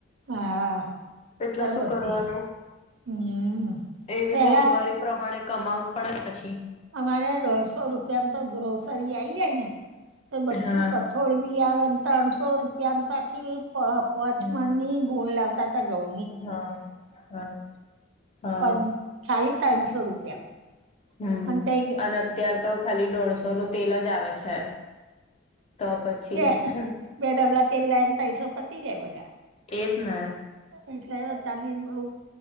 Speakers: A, on the right (about 65°); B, on the left (about 30°).
A: હા
B: એટલે
A: અત્યારે
B: શું
A: બધે
B: કરવાનું?
A: હમ
B: એવી
A: પેલા
B: મોંઘવારી પ્રમાણે કમાવત પડે પછી
A: અમારે દોઢસો રૂપિયામાં તો ગ્રોસરી આઈ જાય ને તો બધું
B: હા
A: થોડી બી આવે ને ત્રણસો રૂપિયાને તકીી પ પચમણની
B: હમ.
A: ગુણ લાગ તતા ગૌ
B: હા હા હા
A: પન સાલી તાનસો રૂપિયા
B: હમ
A: પણ તઈ
B: અને અત્યાર તો ખાલી દોઢસોનું તેલ જ આવે છે તો પછી
A: બે
B: હહ
A: બે ડબલા તેલ લાય ને તનસો પતી જાય બકા
B: એજ ને
A: એટલે અતારની બહુ